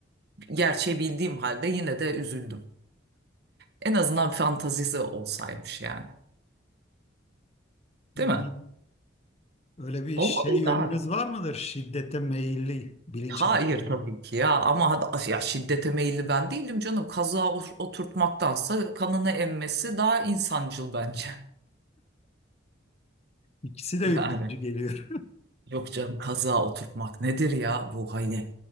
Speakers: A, on the right; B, on the left.
A: gerçeği bildiğim halde yine de üzüldüm. En azından fantazisi olsaymış yani.
B: <laughs> Bir
A: Değil mi?
B: Öyle bir
A: Olmalıydı
B: şey yönünüz
A: abi.
B: var mıdır? Şiddete meyilli bilinçaltında.
A: Hayır tabii ki ya ama hadi- ya şiddete meyilli ben değilim canım. Kazığa o- oturtmaktansa kanını emmesi daha insancıl bence. <laughs>
B: İkisi de ürkütücü
A: Yani
B: geliyor.
A: yok canım kazığa oturtmak nedir ya bu hani